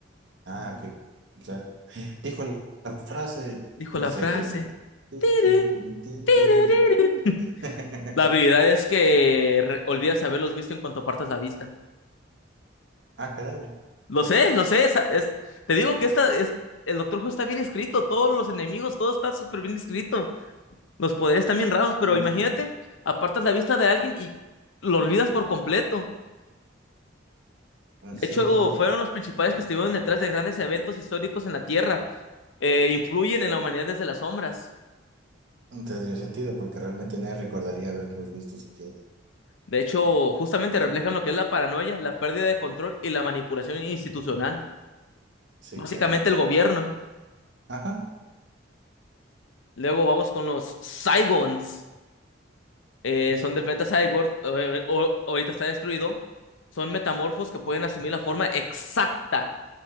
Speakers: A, on the right; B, on the left.
A: Ah, ok, claro. Dijo la la frase,
B: Dijo
A: inserte
B: la frase.
A: el meme. Tin,
B: "Tiri,
A: tirirín, tin,
B: tiri,
A: tirirín.
B: tiri". <laughs>
A: <laughs>
B: La habilidad es que re- olvidas haberlos visto en cuanto apartas la vista.
A: Ah, caray.
B: Lo sé, lo sé. esa- es- te digo que esta es, el Doctor Who está bien escrito. Todos los enemigos, todo está súper bien escrito. Los poderes están bien raros, pero
A: Mm,
B: imagínate,
A: pu-
B: apartas la vista de alguien y lo olvidas por completo.
A: pu-
B: De
A: Sí,
B: hecho,
A: sí, sí.
B: fueron los principales que estuvieron detrás de grandes eventos históricos en la Tierra. Eh, influyen en la humanidad desde las sombras.
A: No Tendría sentido porque realmente nadie recordaría haberlos visto siquiera.
B: De hecho, justamente reflejan lo que es la paranoia, la pérdida de control y la manipulación institucional.
A: Sí,
B: Básicamente
A: claro.
B: el gobierno.
A: Ajá,
B: Luego vamos con los Saigons. Eh, son del planeta Saigor. eh, o- ahorita está destruido. Son metamorfos que pueden asumir la forma exacta,